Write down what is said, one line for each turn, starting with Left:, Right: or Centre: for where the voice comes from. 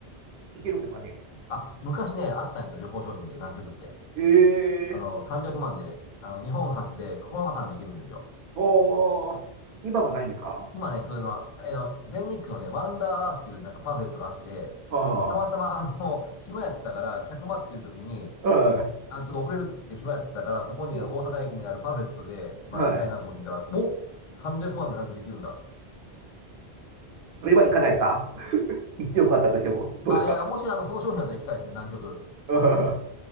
Right: 行けるんですかね。
Left: あ、昔ね、あったんですよ、旅行商品で、南極って。
Right: ええ
Left: あの、300万で、あの、日本初で9日間で行けるんですよ。
Right: おー、今はないんですか
Left: 今ね、そういうのは、あの、全日空のね、ワンダーアースっていうなんかパンフレットがあって、
Right: は
Left: たまたまあの、<laughs> 暇やったから、客待ってる時に、
Right: あ、は
Left: あ、ちょっと遅れるって言って暇やったから、そこにね大阪駅にあるパンフレットで、
Right: いうん
Left: まあ暇やなと思ってみたら、
Right: はい。
Left: お !300 万で南極行けるんだっつって。
Right: それは行かないですか ?1 億あったとしても、どうですか
Left: あ、いやもしあの、その商品だったら行きたいですね、南極。
Right: うん